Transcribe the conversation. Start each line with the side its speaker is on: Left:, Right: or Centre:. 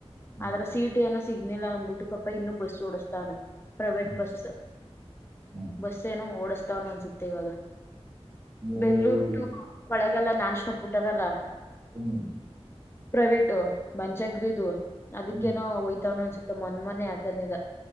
Right: ಹ್ಮ್
Left: ಆದದ್ರ ಸೀಟ್ ಏನ ಸಿಗ್ನೆಲ್ ಅಂದ್ಬಿಟ್ಟು ಪಾ ಇನ್ನು ಬಸ್ ಡಿಸಸ್ತಾನ ಪ್ರೈವೇಟ್
Right: ಹ್ಮ್
Left: ಬಸ್
Right: ಹ್ಮ್
Left: ಬಸ್ ಏನೋ ಓಡಸ್ತಾವನ ಅನ್ಸುತ್ತೆ ಇವಾಗ
Right: ಏ-
Left: ಬೆಂಗ್ಳೂರ್ ಟು ಒಳಗಲ್ಲ ನಾನ್ ಇಷ್ಟಪ್ಪಬ ಬಿಟ್ಟಾರಲ್ಲ
Right: ಹ್ಮ್
Left: ಪ್ರೈವೇಟ್ ಮನ್ಸಂಕ್ರೀದು ಅದಕ್ಕೇನೋ
Right: ಹ್ಮ್
Left: ಒಯ್ತಾವನ ಅನ್ಸುತ್ತೆ ಮನ್ ಮನೆ ಹಾಕಂದಿದ